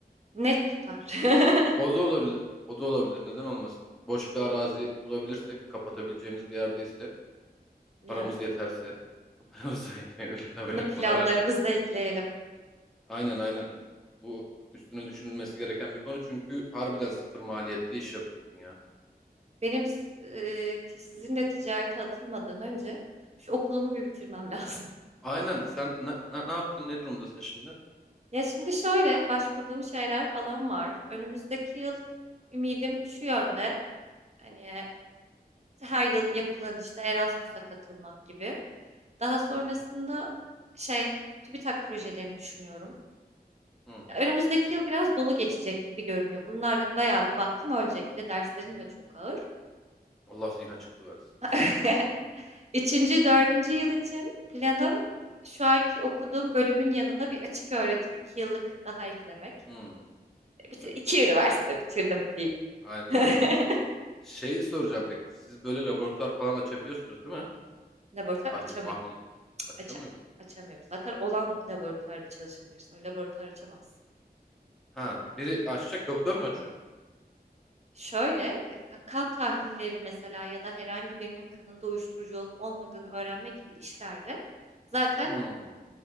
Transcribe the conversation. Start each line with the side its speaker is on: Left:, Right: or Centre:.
Right: Net tutar. <laughs>
Centre: O da olabilir. O da olabilir. Neden olmasın? Boş bir arazi bulabilirsek, kapatabileceğimiz bir yerdeyse,
Right: Yani
Centre: paramız yeterse. <laughs> Paramız da yetmeyebilir tabii.
Right: bunu planlarımıza
Centre: O da var.
Right: ekleyelim.
Centre: Aynen aynen. Bu üstüne düşünülmesi gereken bir konu çünkü harbiden sıfır maliyetli iş yapıyorsun ya.
Right: Benim s- e, sizinle ticarete atılmadan önce şu okulumu bir bitirmem lazım. <laughs>
Centre: Aynen sen ne, ne, ne yaptın ne durumdasın şimdi?
Right: Ya şimdi şöyle başvurduğum şeyler falan var. Önümüzdeki yıl ümidim şu yönde. Hani her yıl yapılan işte Erasmus'a katılmak gibi. Daha sonrasında
Centre: Hı hı.
Right: şey TÜBİTAK projelerini düşünüyorum.
Centre: Hı.
Right: Ya Önümüzdeki yıl biraz dolu geçecek gibi görünüyor. Bunlarla bayağı bir vaktim ölecek. Bir de derslerim de çok ağır.
Centre: Allah zihin açıklığı versin.
Right: <laughs> Üçüncü, dördüncü yıl için planım şu anki okuduğum bölümün yanında bir açık öğretim iki yıllık daha eklemek.
Centre: Hı.
Right: Bitir,
Centre: O da güzel.
Right: iki üniversite bitirdim diyeyim.
Centre: Aynen
Right: <laughs>
Centre: öyle. Şey soracağım peki siz böyle laboratuvar falan açabiliyorsunuz değil mi?
Right: Laboratuvar
Centre: Tahlil,
Right: açamıyor.
Centre: mahlil. Açamıyor
Right: aça-
Centre: musunuz?
Right: açamıyoruz. Zaten olan laboratuvarda çalışabilirsin. O laboratuvar açamaz.
Centre: Ha, biri açacak doktor mu açıyor onu?
Right: Şöyle e, kan tahlilleri mesela ya da herhangi birinin kanında uyuşturucu olup olmadığını öğrenme gibi işlerde zaten
Centre: Hı.